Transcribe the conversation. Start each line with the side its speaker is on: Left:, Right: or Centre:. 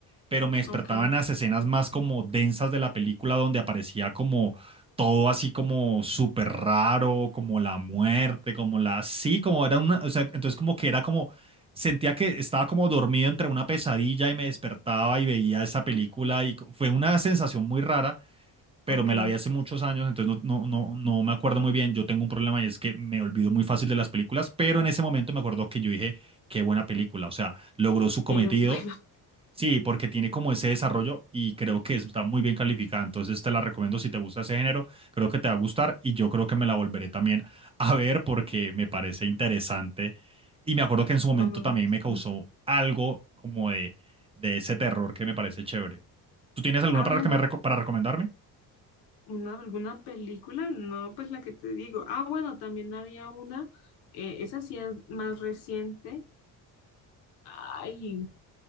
Right: pero me despertaban
Left: Ok,
Right: las escenas más como densas de la película donde aparecía como todo así como súper raro, como la muerte, como la... Sí, como era una... O sea, entonces como que era como... Sentía que estaba como dormido entre una pesadilla y me despertaba y veía esa película y co- fue una sensación muy rara pero
Left: ok.
Right: me la vi hace muchos años, entonces no, no, no, no me acuerdo muy bien. Yo tengo un problema y es que me olvido muy fácil de las películas, pero en ese momento me acuerdo que yo dije, qué buena película, o sea, logró su cometido.
Left: Qué bueno.
Right: Sí, porque tiene como ese desarrollo y creo que está muy bien calificada. Entonces te la recomiendo si te gusta ese género, creo que te va a gustar y yo creo que me la volveré también a ver porque me parece interesante. Y me acuerdo que en su momento
Left: <laughs> Ay,
Right: también me causó
Left: sí.
Right: algo como de, de ese terror que me parece chévere. ¿Tú tienes alguna
Left: Ah,
Right: para,
Left: bueno,
Right: que me reco- para recomendarme?
Left: una, alguna película, no, pues la que te digo. Ah, bueno, también había una, eh, esa sí es más reciente. Ay,